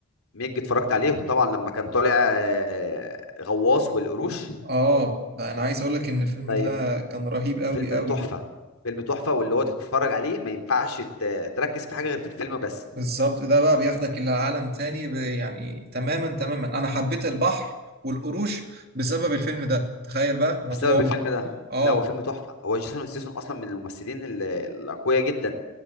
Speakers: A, on the left; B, on the right.
A: ميج اتفرجت عليهم طبعا لما كان طالع آه، غواص والقروش
B: اه ده انا عايز اقولك ان الفيلم
A: طيب
B: ده كان رهيب قوي
A: فيلم
B: قوي
A: تحفة فيلم تحفة واللي هو تتفرج عليه ما ينفعش ت- تركز في حاجة غير في الفيلم بس
B: بالظبط ده بقى بياخدك الى عالم تاني ب- يعني تماما تماما انا حبيت البحر والقروش بسبب الفيلم ده تخيل بقى انا
A: بسبب
B: طول عمري
A: الفيلم ده
B: اه
A: لا هو فيلم تحفة هو جيسون ستاثام أصلا من الممثلين ال- الأقوياء جدا